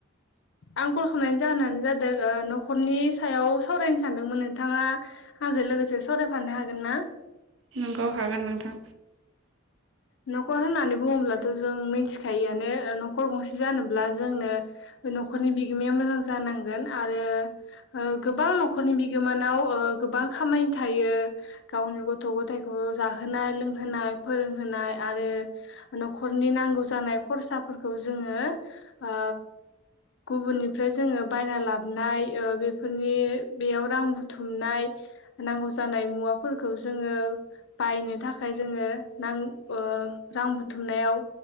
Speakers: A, on the left (about 65°); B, on the right (about 70°).
A: आंकल खालामनायनि जाहोनानो जादों न'खरनि सायाव सावरायनो सानदोंमोन नोंथाङा आंजों लोगोसे सावरायफानो हागोन ना
B: नोंगौव हागोन नोंथां
A: न'खर होननानै बुङोब्लाथ' जों मिथिखायोआनो ओ न'खर गंसे जानोब्ला जोंनो न'खरनि बिगोमाया मोजां जानांगोन आरो ओ गोबां नखर न'खरनि बिगोमानाव ओ गोबां खामानि थायो गावनि गथ' गथाइखौ जाहोनाय लोंहोनाय फोरोंहोनाय आरो न'खरनि नांगौ जानाय खरसाफोरखौ जोङो ओ गुबुननिफ्राय जोङो बायना लाबोननाय ओ बेफोरनि बेयाव रां बुथुमनाय नांगौ जानाय मुवाफोरखौ जोङो बायनो थाखाय जोङो नांगौ जानाय ओ रां बुथुमनायाव